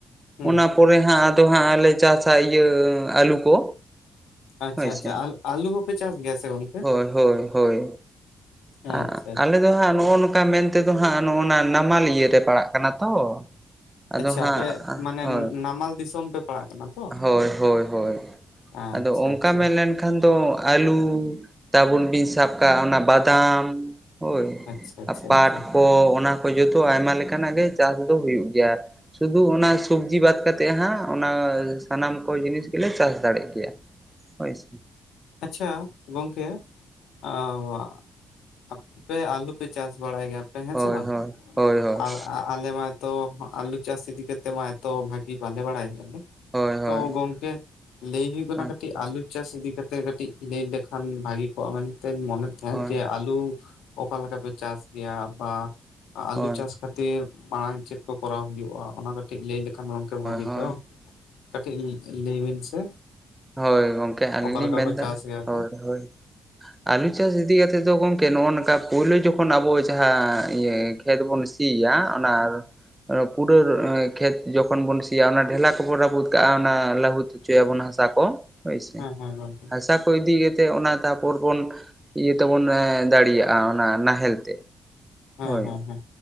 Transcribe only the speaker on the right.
ᱚᱱᱟ ᱯᱚᱨᱮ ᱦᱟᱸᱜ ᱟᱫᱚ ᱦᱟᱸᱜ ᱞᱮ ᱪᱟᱥᱟ ᱤᱭᱟᱹ ᱟᱞᱩ ᱠᱚ᱾
ᱦᱳᱭ ᱥᱮ
ᱦᱳᱭ ᱦᱳᱭ ᱦᱳᱭ
ᱟᱸ ᱟᱞᱮ ᱫᱚ ᱦᱟᱸᱜ ᱱᱚᱜᱼᱚ ᱱᱚᱝᱠᱟ ᱢᱮᱱ ᱛᱮᱫᱚ ᱦᱟᱸᱜ ᱱᱚᱜᱼᱚ ᱱᱟ ᱱᱟᱢᱟᱞᱤᱭᱟᱹ ᱨᱮ ᱯᱟᱲᱟᱜ ᱠᱟᱱᱟ ᱛᱚ᱾ ᱟᱫᱚ
ᱦᱟᱸᱜ
ᱦᱳᱭ
ᱦᱳᱭ ᱦᱳᱭ ᱦᱳᱭ
ᱟᱫᱚ ᱚᱝᱠᱟ
ᱢᱮᱱᱞᱮᱱ ᱠᱷᱟᱱ ᱫᱚ ᱟᱹᱞᱩ ᱛᱟᱵᱚᱱ ᱵᱤᱱ ᱥᱟᱵ ᱠᱟᱜᱼᱟ ᱚᱱᱟ ᱵᱟᱫᱟᱢ ᱦᱳᱭ
ᱟ ᱯᱟᱴ
ᱠᱚ ᱚᱱᱟ ᱠᱚ ᱡᱚᱛᱚ ᱟᱭᱢᱟ ᱞᱮᱠᱟᱱᱟᱜ ᱜᱮ ᱪᱟᱥ ᱫᱚ ᱦᱩᱭᱩᱜ ᱜᱮᱭᱟ᱾ ᱥᱩᱫᱷᱩ ᱚᱱᱟ ᱥᱚᱵᱽᱡᱤ ᱵᱟᱫ ᱠᱟᱛᱮᱜ ᱦᱟᱸᱜ ᱚᱱᱟ ᱥᱟᱱᱟᱢ ᱠᱚ ᱡᱤᱱᱤᱥ ᱜᱮᱞᱮ ᱪᱟᱥ ᱫᱟᱲᱮᱜ ᱜᱮᱭᱟ ᱦᱳᱭᱥᱮ᱾
ᱦᱳᱭ
ᱦᱳᱭ ᱦᱳᱭ ᱦᱳᱭ
ᱦᱳᱭ ᱦᱳᱭ
ᱦᱳᱭ
ᱦᱳᱭ
ᱦᱳᱭ
ᱦᱳᱭ
ᱦᱳᱭ ᱜᱚᱢᱠᱮ ᱟᱹᱞᱤᱧ
ᱞᱤᱧ
ᱢᱮᱱᱫᱟ
ᱦᱳᱭ
ᱦᱳᱭ ᱟᱞᱩ ᱪᱟᱥ ᱤᱫᱤ ᱠᱟᱛᱮᱜ ᱫᱚ ᱜᱚᱢᱠᱮ ᱱᱚᱜᱼᱚ ᱱᱚᱝᱠᱟ ᱯᱩᱭᱞᱟᱩ ᱡᱚᱠᱷᱚᱱ ᱟᱵᱚ ᱡᱟᱦᱟᱸ ᱤᱭᱟᱹ ᱠᱷᱮᱛ ᱵᱚᱱ ᱥᱤᱭᱟ ᱚᱱᱟ ᱯᱩᱨᱟᱹ ᱠᱷᱮᱛ ᱡᱚᱠᱷᱚᱱ ᱵᱚᱱ ᱥᱤᱭᱟ ᱚᱱᱟ ᱰᱷᱮᱞᱟᱠ ᱠᱚᱵᱚᱱ ᱨᱟᱹᱯᱩᱫ ᱠᱟᱜᱼᱟ ᱚᱱᱟ ᱞᱟᱹᱦᱩᱫ ᱦᱚᱪᱚᱭᱟᱵᱚᱱ ᱦᱟᱥᱟ ᱠᱚ ᱦᱳᱭ ᱥᱮ
ᱚᱱᱟ ᱠᱚ ᱤᱫᱤ ᱠᱟᱛᱮᱜ ᱚᱱᱟ ᱛᱟᱯᱚᱨ ᱵᱚᱱ ᱤᱭᱟᱹ ᱛᱮᱵᱚᱱ ᱫᱟᱲᱮᱭᱟᱜᱼᱟ ᱚᱱᱟ ᱱᱟᱦᱮᱞ ᱛᱮ
ᱦᱳᱭ